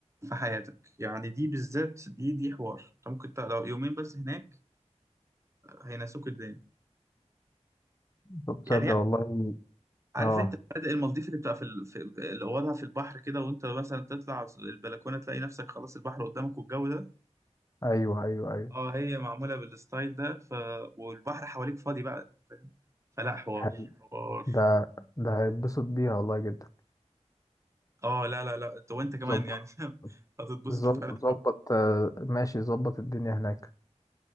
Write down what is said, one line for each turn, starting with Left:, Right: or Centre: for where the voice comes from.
Right: في حياتك يعني دي بالذات دي دي حوار انت ممكن ت- لو يومين بس هناك هينسوك الدنيا
Left: طب تصدق
Right: يعني هي-
Left: والله
Right: عارف
Left: اه
Right: انت فنادق المالديف اللي بتبقى في ال- في- اللي اوضها في البحر كده وانت مثلا تطلع البلكونه تلاقي نفسك خلاص البحر قدامك والجو ده
Left: ايوه ايوه ايوه
Right: اه هي معمولة بالستايل ده ف... والبحر حواليك فاضي بقى فاهم فلا حوار
Left: حلو
Right: حوار
Left: ده ده هيتبسط بيها والله جدا
Right: اه لا لا لا انت وانت كمان
Left: ظبط
Right: يعني فاهم <laughs> هتتبسط
Left: ظب-
Right: فعلا
Left: ظبط آه، ماشي ظبط الدنيا هناك